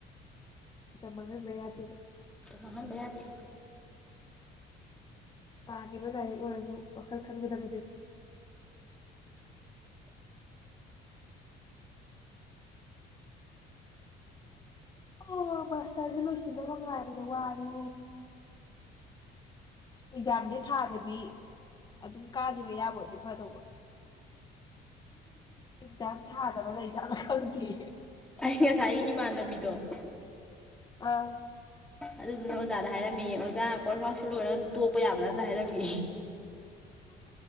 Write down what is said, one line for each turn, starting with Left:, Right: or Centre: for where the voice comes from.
Left: ꯀ ꯃꯒ ꯕꯌꯥꯇ
Centre: ꯃꯥꯡꯍꯟꯕ ꯌꯥꯗꯦ
Left: ꯄꯥꯈꯤꯕ ꯂꯥꯏꯔꯤꯛ ꯑꯣꯏꯔꯁꯨ ꯋꯥꯈꯜ ꯈꯟꯒꯗꯕꯗꯤ ꯑꯣ ꯃꯥꯁꯇꯔꯗꯨ ꯂꯣꯏꯁꯤꯟꯗꯕ ꯉꯥꯏꯕꯗꯣ ꯋꯥꯔꯦ ꯑꯦꯛꯖꯥꯝꯗꯤ ꯊꯥꯗꯕꯤ ꯑꯗꯨꯝ ꯀꯥꯈꯤꯕ ꯌꯥꯕꯗꯤ ꯐꯗꯧꯕ ꯑꯦꯛꯖꯥꯝ ꯊꯥꯗꯕ ꯂꯩ ꯀꯂꯗꯤ
Centre: ꯉꯁꯥꯏ ꯏꯃꯥꯟ ꯎꯕꯤꯗꯣꯛ
Left: ꯑꯥ
Centre: ꯑꯗꯨꯗꯨꯅ ꯑꯣꯖꯥꯗ ꯍꯥꯏꯔꯝꯃꯤ ꯑꯣꯖꯥ ꯀꯐꯥꯎꯁꯦ ꯂꯣꯏꯔꯒ ꯑꯗꯨꯝ ꯇꯣꯛꯄ ꯌꯥꯕ ꯅꯠꯇꯅ ꯍꯥꯏꯔꯝꯃꯤ